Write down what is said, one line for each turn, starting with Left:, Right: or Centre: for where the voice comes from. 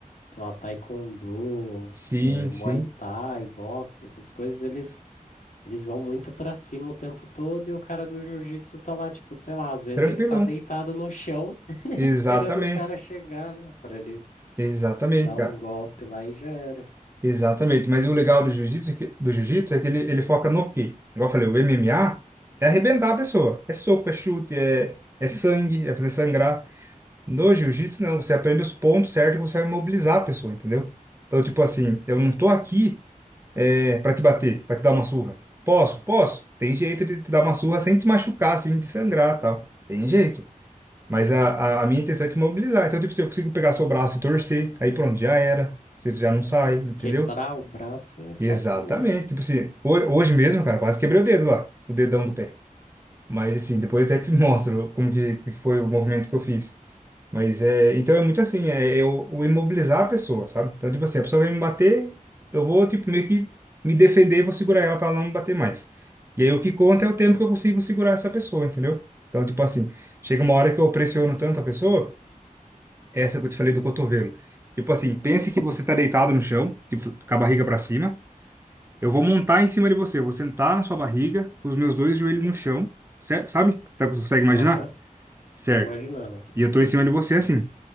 Left: sei lá, Taekwondo,
Right: sim,
Left: eh, Muay
Right: sim,
Left: Thai, boxe, essas coisas, eles, eles vão muito pra cima o tempo todo e o cara do jiu-jitsu tá lá, tipo, sei lá, às vezes
Right: tranquilão.
Left: ele tá deitado no chão <laughs>
Right: Exatamente.
Left: esperando o cara chegar, né? Pra ele
Right: Exatamente,
Left: dar
Right: cara.
Left: um golpe lá e já era.
Right: Exatamente. Mas o legal do jiu-jitsu é que- do jiu-jitsu é que ele, ele foca no quê? Igual eu falei, o MMA é arrebentar a pessoa. É soco, é chute, é, é sangue, é fazer sangrar. No jiu-jitsu, não. Você aprende os pontos certos que você vai mobilizar a pessoa, entendeu? Então, tipo assim, eu não tô aqui é, para te bater, para te dar uma surra. Posso? Posso. Tem jeito de te dar uma surra sem te machucar, sem te sangrar, tal. Tem jeito. Mas
Left: Sim.
Right: a, a, a minha intenção é te mobilizar. Então, tipo, se eu consigo pegar seu braço e torcer, aí pronto, já era. Você já não sai,
Left: É,
Right: entendeu?
Left: Quebrar o braço é facinho,
Right: Exatamente.
Left: né?
Right: Tipo assim, ho- hoje mesmo, cara, quase quebrei o dedo lá, o dedão do pé. Mas assim, depois até te <laughs> mostro como que, que foi o movimento que eu fiz. Mas é, então é muito assim, é eu, o imobilizar a pessoa, sabe? Então, tipo assim, a pessoa vai me bater, eu vou, tipo, meio que me defender e vou segurar ela pra ela não me bater mais. E aí o que conta é o tempo que eu consigo segurar essa pessoa, entendeu? Então, tipo assim, chega uma hora que eu pressiono tanto a pessoa essa que eu te falei do cotovelo. Tipo assim, pense que você tá deitado no chão, tipo, com a barriga para cima. Eu vou montar em cima de você, eu vou sentar na sua barriga, com os meus dois joelhos no chão, cer- sabe? Tá, consegue imaginar?
Left: Aham,
Right: Certo.
Left: tô imaginando aqui.
Right: E eu tô em cima de você assim.